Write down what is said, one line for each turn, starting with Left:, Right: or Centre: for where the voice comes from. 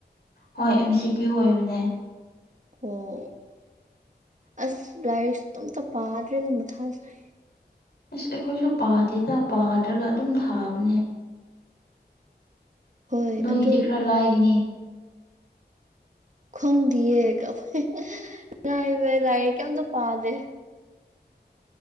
Left: ꯍꯣꯏ ꯑꯦꯝ ꯁꯤ ꯀ꯭ꯌꯨ ꯑꯣꯏꯕꯅꯦ
Right: ꯑꯣ ꯑꯁ ꯂꯥꯏꯔꯤꯛꯁꯨ ꯑꯝꯇ ꯄꯥꯗ꯭ꯔꯦꯗ ꯃꯊꯥꯁꯥꯏ
Left: ꯏꯁ ꯑꯩꯈꯣꯏꯁꯨ ꯄꯥꯗꯦꯗ ꯄꯥꯗ꯭ꯔꯒ ꯑꯗꯨꯝ ꯊꯥꯕꯅꯦ
Right: ꯍꯣꯏ
Left: ꯅꯣꯏꯒꯤꯗꯤ
Right: ꯑꯗꯨ
Left: ꯈꯔ ꯂꯥꯏꯒꯅꯤ
Right: ꯈꯪꯗꯤꯌꯦ ꯀ ꯑꯈꯣꯏ ꯂꯥꯏꯕ ꯂꯥꯏꯔꯤꯛꯀꯤ ꯑꯝꯇ ꯄꯥꯗꯦ